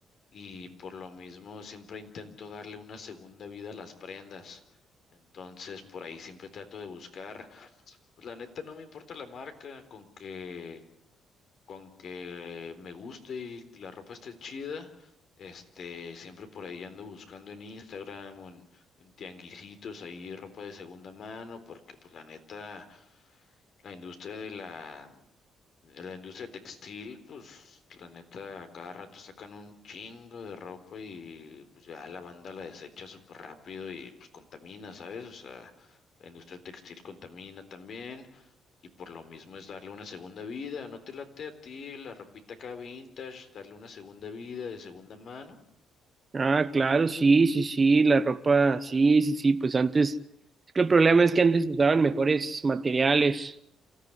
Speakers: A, on the left; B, on the right.
A: y por lo mismo siempre intento darle una segunda vida a las prendas. Entonces por ahí siempre trato de buscar. Pues la neta no me importa la marca, con que con que me guste y que la ropa esté chida, este, siempre por ahí ando buscando en Instagram o en, en tianguisitos ahí ropa de segunda mano, porque pues la neta, la industria de la, de la industria textil, pues la neta, a cada rato sacan un chingo de ropa y pues ya la banda la desecha súper rápido y pues contamina, ¿sabes? O sea, la industria textil contamina también. Y por lo mismo es darle una segunda vida. ¿No te late a ti la ropita acá vintage? Darle una segunda vida de segunda mano.
B: Ah, claro, sí, sí, sí, la ropa, sí, sí, sí, pues antes, es que el problema es que antes usaban mejores materiales.